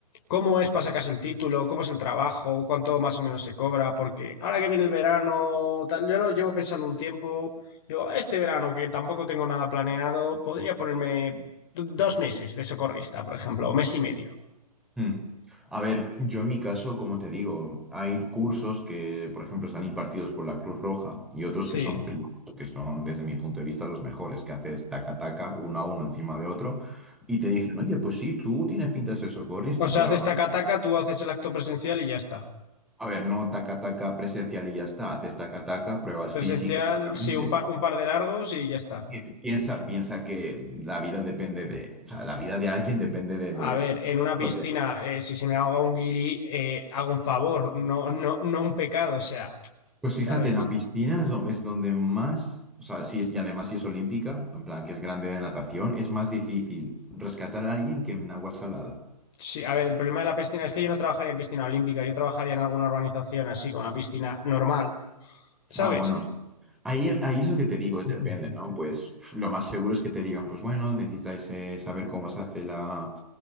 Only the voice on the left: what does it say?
¿Cómo es para sacarse el título? ¿Cómo es el trabajo? ¿Cuánto más o menos se cobra? Porque ahora que viene el verano, tal, yo lo llevo pensando un tiempo. Digo, este verano que tampoco tengo nada planeado, podría ponerme do- dos meses de socorrista, por ejemplo, o mes y medio.
Sí.
O sea,
haces
taca-taca, tú haces el acto presencial y ya está.
Presencial,
sí, un par, un par de largos y ya está.
A ver, en una piscina,
eh, si se me ahoga un guiri, eh, hago un favor, no, no, no un pecado, o sea,
¿sabes?
Sí, a ver, el problema de la piscina es que yo no trabajaría en piscina olímpica, yo trabajaría en alguna organización así, con una piscina normal, ¿sabes?
Ujú.